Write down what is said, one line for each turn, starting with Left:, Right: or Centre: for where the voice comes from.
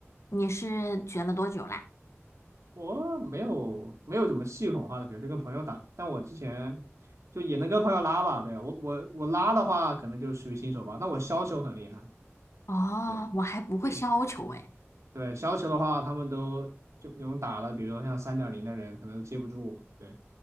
Left: 你是学了多久啦？
Right: 我没有没有怎么系统化的学，就跟朋友打，但我之前。就也能跟朋友拉吧，对，我我我拉的话，可能就属于新手吧。但我削球很厉害，
Left: 哦，
Right: 对。
Left: 我还不会削球诶。
Right: 对，对，削球的话，他们都就那种打的，比如说像三点零的人，可能都接不住。对，